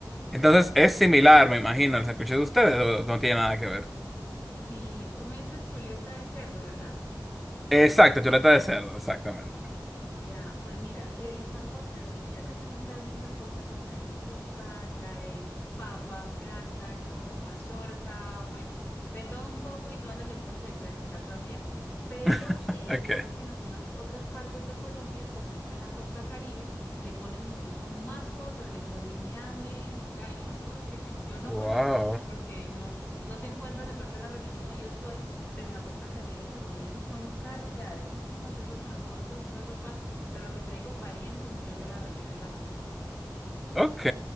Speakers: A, in the centre; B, on the left.
A: Entonces es similar, me imagino, el sancocho de ustedes, o no tiene nada que ver.
B: Sí, tú me dices chuleta de cerdo, ¿verdad?
A: Exacto, chuleta de cerdo, exactamente.
B: Ya, pues mira, el sancocho, eso sí, acá también trae muchas cosas, eso trae yuca, trae papa, plátano, mazorca, bueno, de todo un poco y todas las legumbres que le quieras echar también, pero
A: <laughs>
B: eh,
A: Ok.
B: digamos que en algunas otras partes de Colombia, por ejemplo en la costa Caribe, le ponen incluso más cosas, le ponen ñame y <laughs> hay unas cosas que si yo no
A: Wow.
B: conozco, pues porque no, no se encuentran de pronto en la región donde yo estoy pero en la costa Caribe también son cargadísimos esos sancochos, esas sopas, pero lo que te digo varía en función de la región en la que estés.
A: Ok,